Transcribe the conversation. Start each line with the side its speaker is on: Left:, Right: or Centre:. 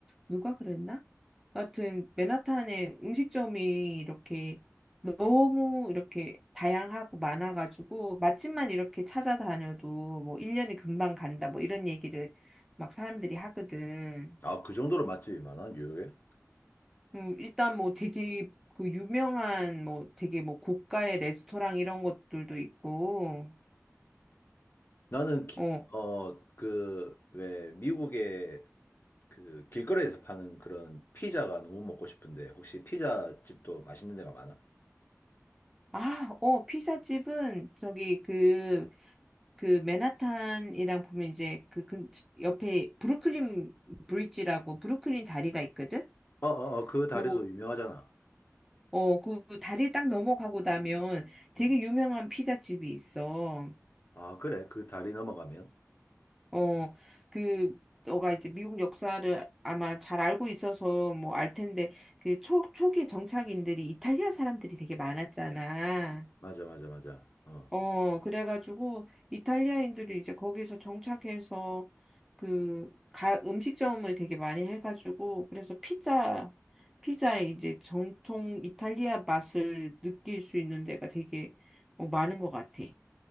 Centre: 누가 그랬나? 하여튼 맨하탄에 음식점이 이렇게 너무 이렇게 다양하고 많아가지고 맛집만 이렇게 찾아다녀도 뭐 1년이 금방 간다 뭐 이런 얘기를 막 사람들이 하거든.
Left: 아, 그 정도로 맛집이 많아, 뉴욕에?
Centre: 음, 일단 뭐 되게 그 유명한 뭐 되게 뭐 고가의 레스토랑 이런 것들도 있고
Left: 나는, 기-
Centre: 어.
Left: 어, 그, 왜, 미국에 그 길거리에서 파는 그런 피자가 너무 먹고 싶은데 혹시 피자 집도 맛있는 데가 많아?
Centre: 아, 어, 피자집은 저기 그 그 맨하탄이랑 보면 이제 그, 근 옆에 브루클린 브릿지라고 브루클린 다리가 있거든.
Left: 어어어 그 다리도
Centre: 그,
Left: 유명하잖아.
Centre: 어, 그 다리 딱 넘어가고 나면 되게
Left: 음.
Centre: 유명한 피자집이 있어.
Left: 아 그래 그 다리 넘어가면
Centre: 어, 그 너가 이제 미국 역사를 아마 잘 알고 있어서 뭐 알 텐데 그 초, 초기 정착인들이 이탈리아 사람들이 되게 많았잖아.
Left: 맞아 맞아 맞아. 어.
Centre: 어, 그래가지고 이탈리아인들이 이제 거기서 정착해서 그 가, 음식점을 되게 많이 해가지고 그래서 피자 피자 이제 정통 이탈리아 맛을 느낄 수 있는 데가 되게 어, 많은 것 같아.